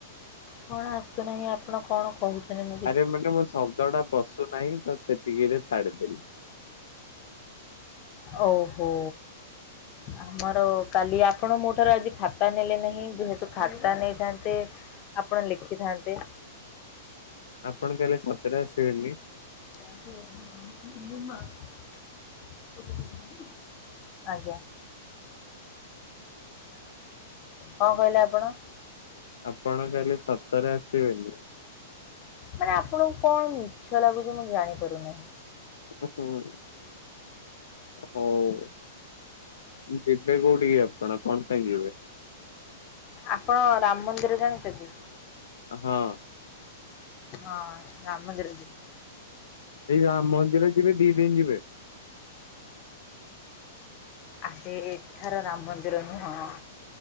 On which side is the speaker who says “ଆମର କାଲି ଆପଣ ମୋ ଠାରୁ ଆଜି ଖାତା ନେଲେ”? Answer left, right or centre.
Left